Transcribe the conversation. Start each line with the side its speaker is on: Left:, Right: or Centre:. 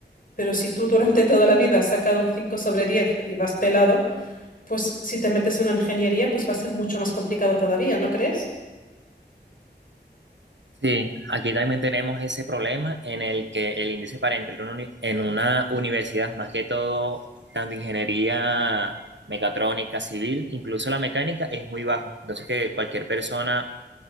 Left: Pero si tú durante toda la vida has sacado un 5 sobre 10 y vas pelado, pues si te metes en una ingeniería pues va a ser mucho más complicado todavía, ¿no crees?
Right: Sí, aquí también tenemos ese problema en el que el índice para entrar en una uni- en una universidad, más que todo, tanto ingeniería mecatrónica, civil, incluso la mecánica, es muy bajo. Entonces que cualquier persona